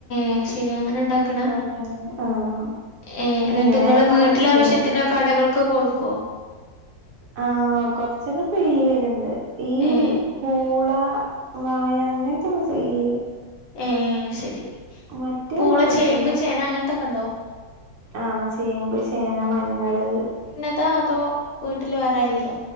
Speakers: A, on the left (about 70°); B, on the right (about 70°).
A: അഹ് ശെരി അങ്ങനെ ണ്ടാക്ക്ണ?
B: അപ്പൊ അവിടെ ആഹ്
A: ഏഹ് ന്നിട്ട്
B: ഇങ്ങനെ
A: ങ്ങള്
B: കളച്ച്ങ്ങാണ്ട്
A: വീട്ടിലാവശ്യത്തിന് കടകൾക്ക് കൊട്ക്കോ?
B: ആഹ് കൊർച്ചക്കെ ഫീലയ്യല്ണ്ട് ഈ
A: ഏ
B: പൂള. വാഴ അങ്ങൻത്തക്ക സെയിലെയും
A: ഏഹ് ശരി
B: മറ്റേതൊന്നും
A: പൂള,
B: കൊടുക്കലില്ല
A: ചേമ്പ്, ചേന അങ്ങൻത്തക്കെ ണ്ടോ?
B: ആഹ് ചെമ്പ്, ചേന, മഞ്ഞള്
A: താ അതോ വീട്ട്ൽ വേറെ ആരേലോ?